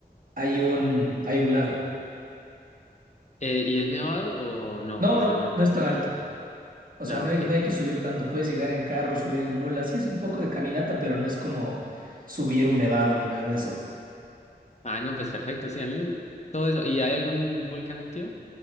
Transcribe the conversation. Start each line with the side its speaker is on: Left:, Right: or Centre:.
Right: hay un, hay un lago.
Left: Eh, ¿y es nevado o no?
Right: No,
Left: ¿O ¿Está
Right: no,
Left: normal?
Right: no es tan alto. O
Left: Ah,
Right: sea, no
Left: ok.
Right: hay, no hay que subir tanto. Puedes llegar en carro, subir en mula. Sí es un poco de caminata, pero no es como subir un nevado ni nada de eso.
Left: Ah, no, pues perfecto, sí, a mí me- todo eso. ¿Y hay algún volcán activo?